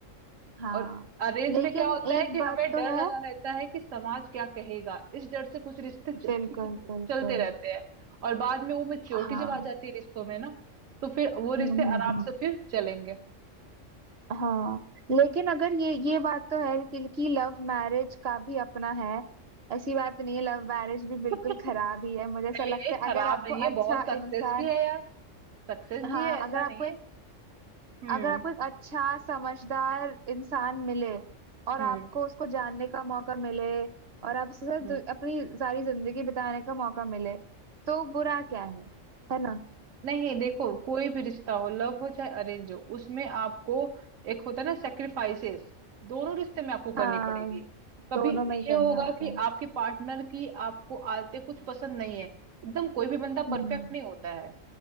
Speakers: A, on the right; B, on the right.
A: हाँ
B: और अरेंज
A: लेकिन
B: में क्या होता
A: एक
B: है कि
A: बात
B: हमें
A: तो
B: डर
A: है
B: लगा रहता है कि समाज क्या कहेगा इस डर से कुछ रिश्ते च-
A: बिल्कुल
B: ठीक से
A: बिल्कुल
B: चलते रहते हैं और बाद में वो मेच्योरिटी
A: हाँ
B: जब आ जाती है रिश्तों में ना तो फिर वो
A: हम्म
B: रिश्ते
A: हम्म,
B: आराम
A: हम्म,
B: से फिर चलेंगे
A: हाँ लेकिन अगर ये ये बात तो है कि, कि लव मैरिज का भी अपना है ऐसी बात नहीं है लव मैरिज भी बिल्कुल
B: <laughs>
A: खराब ही है मुझे
B: नहीं
A: ऐसा लगता
B: नहीं खराब
A: है अगर आपको
B: नहीं है
A: अच्छा
B: बहुत सक्सेस
A: इंसान
B: भी है यार सक्सेस
A: हाँ
B: भी है ऐसा
A: अगर आपको
B: नहीं है हम्म
A: अगर आपको एक अच्छा समझदार इंसान मिले और
B: हम्म
A: आपको उसको जानने का मौका मिले और आप उसके साथ
B: हम्म
A: दु- अपनी सारी जिंदगी बिताने का मौका मिले तो बुरा क्या है है ना
B: नहीं देखो कोई भी रिश्ता हो लव हो चाहे अरेंज हो उसमें आपको एक होता है ना सेक्रीफाइसेस दोनों रिश्ते में आपको
A: हाँ
B: करनी पड़ेगी कभी
A: दोनों में ही करने
B: ये होगा
A: होते
B: कि
A: हैं
B: आपके पार्टनर की आपको आदतें कुछ पसंद नहीं है एकदम कोई भी बंदा
A: हम्म
B: परफेक्ट नहीं होता है